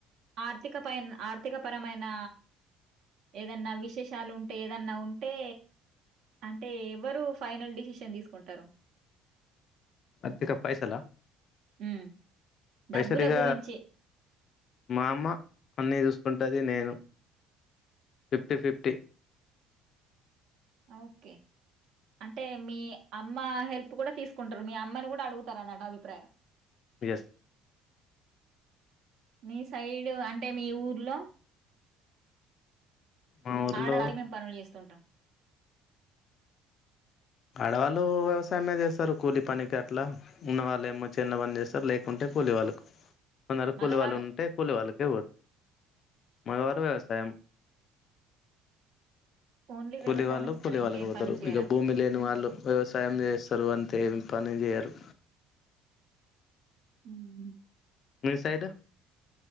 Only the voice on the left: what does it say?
అధిక పైసాల
పైసలు
ఇగ
మా అమ్మ అన్నీ చూసుకుంటుది నేను ఫిఫ్టీ ఫిఫ్టీ
బస్
మా ఊర్లో
ఆడవాళ్ళు వ్యవసాయమే చేస్తారు కూలి పనికి అట్లా ఉన్నవారు లేమో చల్ల పని చేస్తారు లేక ఉంటే కూలి వాళ్ళకు కొందరు
కూలి వాళ్ళు ఉంటే కూలి వాళ్ళకి మగవారు వ్యవసాయం
కూలి
వాళ్ళు
కూలీ
వాళ్ళకితారు
ఇక భూమి లే వాళ్ళు వ్యవసాయం చేస్తారు అంటే ఏ పని చేయరు
మీ సైడ్